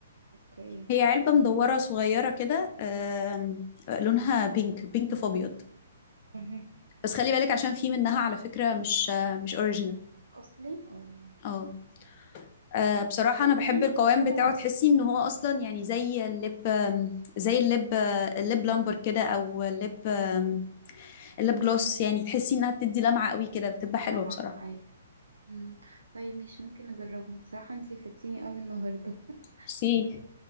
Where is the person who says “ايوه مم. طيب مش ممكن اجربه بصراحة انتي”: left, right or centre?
Right